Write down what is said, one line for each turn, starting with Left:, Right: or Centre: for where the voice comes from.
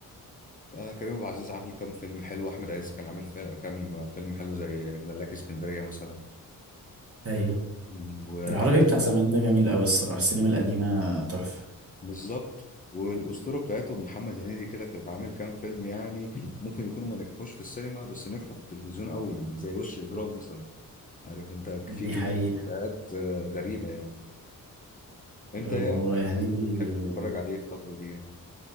Left: آه كريم عبد العزيز عامل كام فيلم حلو احمد عز كان عامل فيلم كام فيلم حلو زي ملاك اسكندريه مثلا
Right: أيوة
Left: مم،
Right: العربي بتاع زمان ده جميل أوي الصراحة السينما القديمة تحفة
Left: وبالظبط والاسطوره بتاعتهم محمد هنيدي كده كانت عامل كام فيلم يعني ممكن يكونوا ما نجحوش في السينما بس نجحوا في التلفزيون قوي يعني زي وش اجرام مثلا عارف انت
Right: دي
Left: في كميه
Right: حقيقة
Left: حاجات آه، غريبه يعني انت
Right: هو
Left: ايه اكتر
Right: هنيدي
Left: حد بتحب تتفرج عليه في الفتره دي يعني